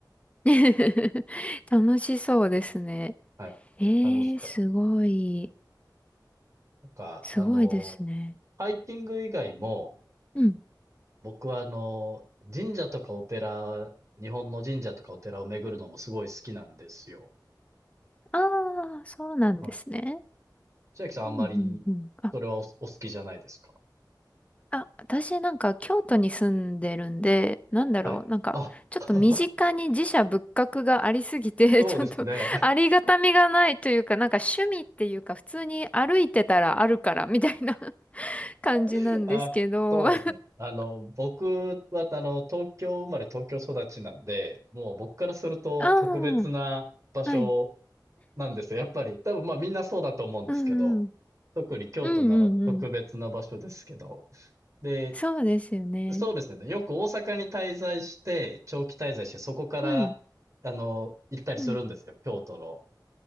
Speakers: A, on the left; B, on the right.
A: ん。<laughs> 楽しそうですね。
B: はい。
A: ええすごい。
B: 楽しかったですね。なんか、
A: すごいですね。
B: あの、ハイキング以外も、
A: うん。
B: 僕はあの、神社とかお寺、日本の神社とかお寺を巡るのもすごい好きなんですよ。
A: ああー、そうなんですね。
B: はい。千秋さんあんまり、
A: うんうんうん。あ、
B: それはお、お好きじゃないですか。
A: あ、私なんか京都に住んでるんで、なんだろう、
B: はい。
A: なんかちょっと身近に寺社仏閣がありすぎて、
B: あ、<laughs> そうですね。
A: <laughs> ちょっとありがたみがないというか、なんか趣味っていうか普通に歩いてたらあるからみたいな <laughs> 感じなんですけど。
B: <laughs> あ、そうですね。
A: あ
B: あの、僕は、あの、東京生まれ東京育ちなんで、もう僕からすると特別な場所
A: あ、はい。
B: なんですよ。やっぱり、多分まあみんなそうだと思うんですけど、
A: うんうん。
B: 特に京都なら特別な場所ですけど。
A: うんうんうん。
B: で、
A: そうですよね。
B: そうですね。よく大阪に滞在して、長期滞在して、そこから、
A: うん。
B: あの、行ったりするんですよ。
A: うん。
B: 京都の